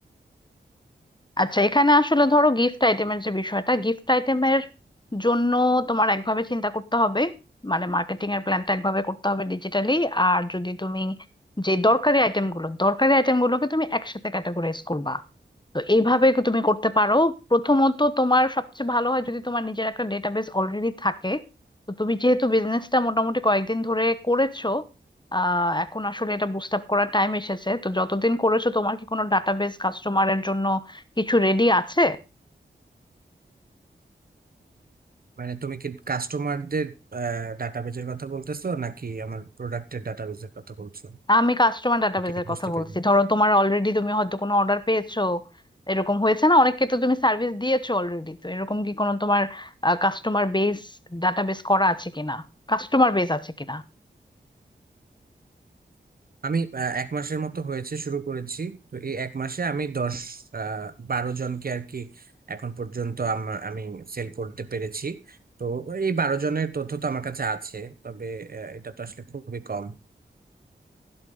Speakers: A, on the left; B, on the right.
A: আচ্ছা এখানে আসলে ধরো গিফট আইটেমের যে বিষয়টা গিফট আইটেমের জন্য তোমার একভাবে চিন্তা করতে হবে মানে মার্কেটিং এর প্ল্যানটা একভাবে করতে হবে ডিজিটালি আর যদি তুমি যে দরকারি আইটেমগুলো দরকারি আইটেমগুলোকে তুমি একসাথে ক্যাটাগরাইজ করবা তো এইভাবে কি তুমি করতে পারো প্রথমত তোমার সবচেয়ে ভালো হয় যদি তোমার নিজের একটা ডেটাবেস অলরেডি থাকে তো তুমি যেহেতু বিজনেসটা মোটামুটি কয়েকদিন ধরে করেছো আহ এখন আসলে এটা বুস্ট আপ করার টাইম এসেছে তো যতদিন করেছো তোমার কি কোনো ডাটাবেস কাস্টমারের জন্য কিছু রেডি আছে
B: মানে তুমি কি কাস্টমারদের ডাটাবেজের কথা বলতেছো নাকি আমার প্রোডাক্টের ডাটাবেজের কথা বলছো
A: আমি কাস্টমার ডাটাবেজের
B: আমি ঠিক বুঝতে
A: কথা
B: পারি
A: বলছি ধরো তোমার অলরেডি তুমি হয়তো কোনো অর্ডার পেয়েছো এরকম হয়েছে না অনেককে তো তুমি সার্ভিস দিয়েছো অলরেডি তো এরকম কি কোনো তোমার কাস্টমার বেস ডাটাবেস করা আছে কিনা কাস্টমার বেস আছে কিনা
B: আমি আহ, এক মাসের মতো হয়েছে শুরু করেছি তো এই এক মাসে আমি দশ আহ, বারো জনকে আর কি এখন পর্যন্ত আমার আমি সেল করতে পেরেছি তো এই বারো জনের তথ্য তো আমার কাছে আছে তবে আহ, এটা তো আসলে খুবই কম